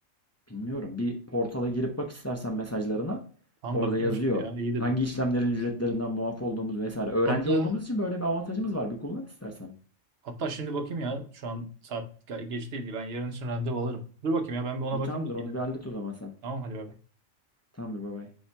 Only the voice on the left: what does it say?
bilmiyorum bir portala girip bak istersen mesajlarına.
Orada
yazıyor.
Hangi işlemlerin ücretlerinden muaf olduğumuz vesaire. Öğrenci
olduğumuz için böyle bir avantajımız var. Bir kullan istersen.
İyi
tamamdır
onu bir hallet o zaman sen.
Tamamdır bay bay.